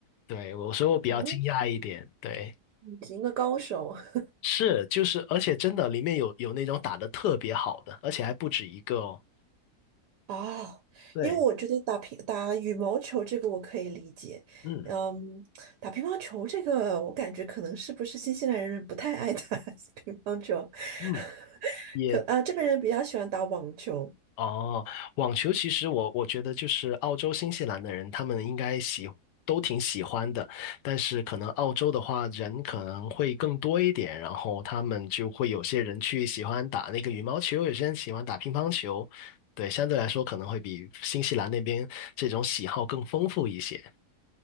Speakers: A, on the left; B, on the right.
A: 对，我所以我比较惊讶一点，
B: 啊，
A: 对。
B: 是一个高手 <laughs>
A: 是，就是，而且真的里面有有那种打得特别好的，而且还不止一个哦。
B: 哦，
A: 对，
B: 因为我觉得打乒打羽毛球这个我可以理解，
A: 嗯
B: 嗯，打乒乓球这个我感觉可能是不是新西兰人不太爱打 <laughs> 乒乓球，
A: 嗯，
B: <laughs>
A: 也
B: 可啊这边人比较喜欢打网球，
A: 哦，网球其实我我觉得就是澳洲、新西兰的人，他们应该喜都挺喜欢的，但是可能澳洲的话人可能会更多一点，然后他们就会有些人去喜欢打那个羽毛球，有些人喜欢打乒乓球，对，相对来说可能会比新西兰那边这种喜好更丰富一些。